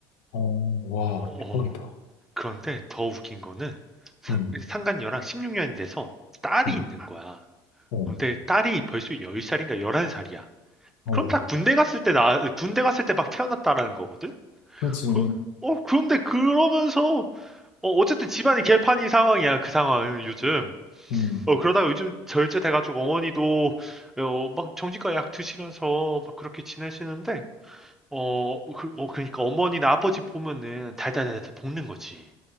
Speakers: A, on the left; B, in the centre.
A: 어, 와,
B: 어,
A: 대박이다.
B: 그런데 더 웃긴 거는, 사-
A: 음,
B: 상간녀랑 16년이 돼서 딸이
A: 음,
B: 있는 거야.
A: 어,
B: 근데 딸이 벌써 열 살인가 열한 살이야
A: 어,
B: 그럼 다 군대 갔을 때 나, 군대 갔을 때 막 태어났다라는 거거든?
A: 그렇지.
B: 그, 어, 그런데 그러면서, 어, 어쨌든 집안이 개판이 상황이야, 그 상황은 요즘.
A: 음,
B: 어, 그러다가 요즘 절제돼가지고 어머니도, 어, 막 정신과 약 드시면서 막 그렇게 지내시는데, 어, 그, 어, 그러니까 어머니나 아버지 보면은 달달달달 볶는 거지.